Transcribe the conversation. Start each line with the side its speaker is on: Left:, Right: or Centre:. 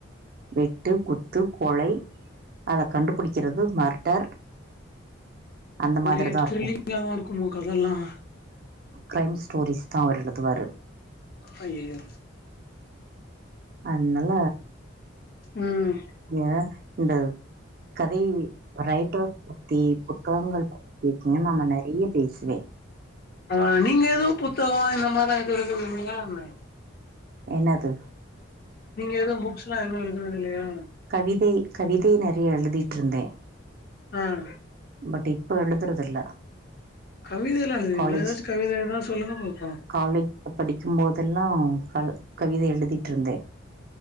Right: வெட்டு குத்து கொலை அத கண்டுபுடிக்கிறது மர்டர் அந்த
Left: ஒரே
Right: மாதிரிதா
Left: த்ரில்லிங்காதான்
Right: இருக்கு
Left: இருக்குமோ கதைல்லாம்
Right: கிரைம் ஸ்டோரிஸ் தான் அவரு எழுதுவாறு.
Left: அய்யய்யோ
Right: அனால
Left: ம்
Right: ஏ இந்த கதை ரைட்டர்ஸ் பத்தி புத்தகங்கள் பத்தி நம்ம நெறையா பேசுவேன்.
Left: ஆ நீங்க எதும் புத்தகம் இந்த மாரிலா எழுதறது இல்லையா என்ன
Right: என்னாது
Left: நீங்க எதும் புக்ஸ்ல்லாம் எதும் எழுதறது இல்லையா
Right: கவிதை கவிதை நெறையா எழுதிட்டு இருந்தேன்.
Left: ம்
Right: பட் இப்போ எழுதுறது இல்ல.
Left: கவிதைலா எழுதுவீங்களா
Right: காலேஜ்
Left: ஏதாச்சு கவிதை எதா சொல்லுங்க பாப்போ
Right: காலேஜ் படிக்கும்போதெ இன்னும் கவிதை எழுதிட்டு இருந்தேன்.